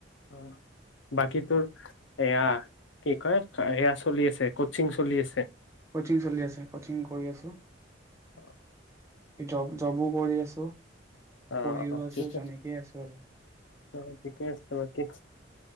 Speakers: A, on the left (about 75°); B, on the right (about 15°).
A: অ বাকী তোৰ এয়া কি কয় এয়া চলি আছে কচিং চলি আছে
B: কচিং চলি আছে কচিং কৰি আছো
A: অ
B: <unintelligible> জবো কৰি আছো
A: অ
B: পঢ়িও
A: অ
B: আছো
A: ঠিকে
B: যেনেকেই আছো আৰু
A: অ ঠিকে আছে বাকী